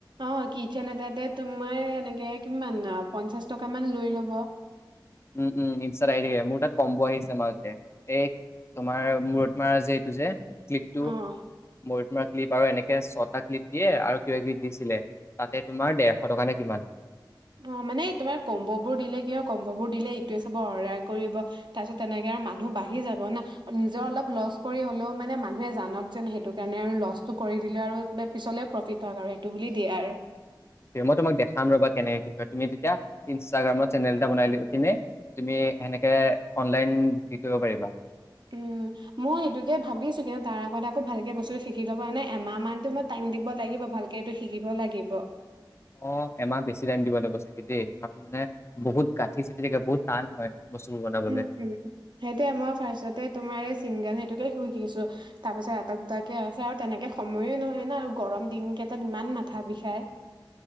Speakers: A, on the right; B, on the left.
A: অঁ কিচেন এটাতে তোমাৰ এনেকে কিমান, পঞ্চাশ টকামান লৈ ল'ব।
B: উম উম ইনষ্টাত আহি থাকে মোৰ তাত কম্ব' আহি আছে মাজতে, এই তোমাৰ মোৰ তোমাৰ যে এইটো যে ক্লিপটো,
A: অ'
B: মূৰত মৰা ক্লিপ আৰু এনেকে ছটা ক্লিপ দিয়ে আৰু কিবা কিবি দিছিলে। তাতে তোমাৰ দেৰশ টকা নে কিমান।
A: অ' মানে তোমাৰ কম্ব'বোৰ দিলে কি হয় কম্ববোৰ দিলে ইটোৱে চাব অৰদাৰ কৰিব, তাৰপিচত তেনেকে মানুহ বাঢ়ি যাব না, নিজৰ অলপ লচ কৰি হলেও মানে মানুহে জানক যেন সেইটো কাৰণে আৰু লচটো কৰি দিলে আৰু পিছলে প্ৰফিত হওঁক আৰু সেইটো বুলি দিয়ে আৰু।
B: মই তোমাক দেখাম ৰ'বা কেনেকে কি কৰে? তুমি তেতিয়া ইনষ্টাগ্ৰামত চেনেল এটা বনাই লৈ কিনে তুমি সেনেকে অনলাইন বিক্ৰি কৰিব পাৰিবা।
A: উম মই সেইটোকে ভাবিছো কিন্তু তাৰ আগত আকৌ ভালকে বস্তুটো শিকি ল'ব কাৰণে এমাহ মানতো মই টাইম দিব লাগিব ভালকে। এইটো শিকিব লাগিব
B: অ' এমাহ বেছি টাইম দিব লাগিব চাগে। সেইটোৱে তাৰ মানে বহুত গাঁঠি-চাঠি থাকে বহুত টান হয়। বস্তুবোৰ বনাবলে
A: উম উম সেইটি আমাৰ ফাৰ্ষ্টতে তোমাৰ এই চিংগাল সেইটোকে শু কিছো তাৰ পিছত এটা দুটাকে আছে আৰু তেনেকে সময়ে নহয় না আৰু গৰম দিন কেইটাত ইমান মাথা বিষাই।